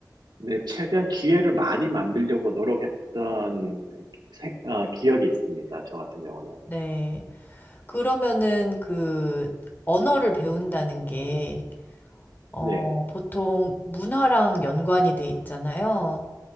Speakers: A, on the right (about 80°); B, on the left (about 30°).
A: 네, 최대한 기회를 많이 만들려고 노력했던 생- 어, 기억이 있습니다. 저 같은 경우는.
B: 네. 그러면은 그 언어를 배운다는 게, 어,
A: 네,
B: 보통 문화랑 연관이 돼 있잖아요.